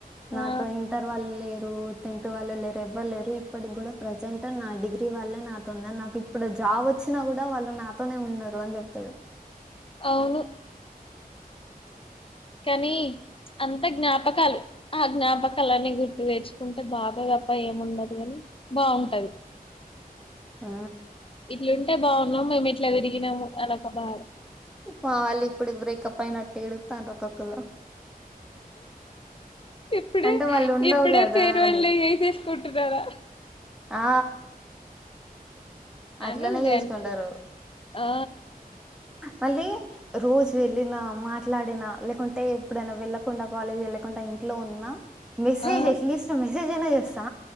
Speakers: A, in the centre; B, on the left.
A: నాతో
B: ఆ
A: ఇంటర్ వాళ్ళు లే టెన్త్ వాళ్ళు లేరు ఎవ్వలేరు ఇప్పటికి గుడా ప్రజెంట్ నా డిగ్రీ వాళ్లే నా తొంద నాకు ఇప్పుడు రా వచ్చినా గూడా వాళ్ళు నాతోనే ఉన్నరు అని చెప్తాడు
B: అవును కనీ అంత జ్ఞాపకాలు ఆ జ్ఞాపకాలన్నీ గుర్తుపేర్చుకుంటే బాబ దప్ప ఏముండదు గని బావుంటది
A: ఆ
B: ఇట్లుంటే బాగున్నాం మేమిట్ల దిరిగినము అనొక బ
A: మావాలిప్పుడు బ్రేకప్ అయినట్టు ఏడుతార్రు ఒక్కొక్కళు
B: ఇప్పుడే
A: అంటే వళ్ళు ఉండవు
B: ఇప్పుడే
A: గదా
B: ఫేర్వెల్
A: అని
B: డే చేసేసుకుంటున్నారా
A: ఆ అట్లనే
B: యాన్యువల్ డే
A: చేసుకుంటారు
B: అనుకో ఆ
A: మళ్ళీ రోజు వెళ్ళినా మాట్లాడినా లేకుంటే ఎప్పుడైనా వెళ్ళకుండా కాలేజ్ వెళ్ళకుండా ఇ ఉన్నా మెసేజ్
B: ఆ
A: అట్లీస్ట్ మెసేజ్ అయినా చేస్తా